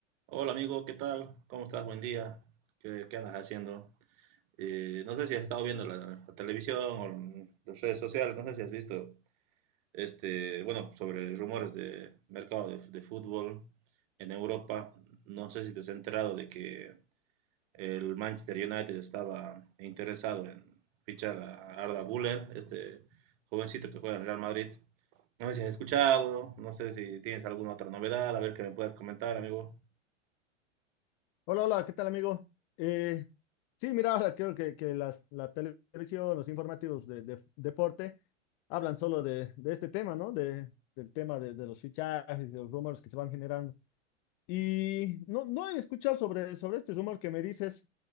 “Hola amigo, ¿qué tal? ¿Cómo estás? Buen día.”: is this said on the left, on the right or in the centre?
Right